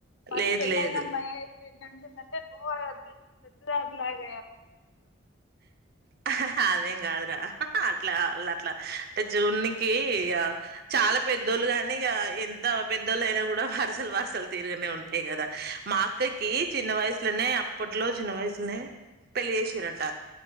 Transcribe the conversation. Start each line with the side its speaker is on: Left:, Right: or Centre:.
Left: మరి
Right: లేదు
Left: పెళ్ళఅయినా
Right: లేదు
Left: అమ్మాయి పి అంటే నూంత పెద్దదలాగ
Right: హ్హ్ అదేంగాదురా అట్లా వాళ అట్లా అంటే జూనికి చాలా పెద్దోళ్ళు గాని ఇక ఎంత పెద్దోళ్ళ అయినా కూడా, వరసలు వరసలు తీరుగానే ఉంటాయి కదా. మా అక్కకి చిన్న వయసులోనే అప్పట్లో చిన్న వయసులోనే. పెళ్ళి చేసిరంట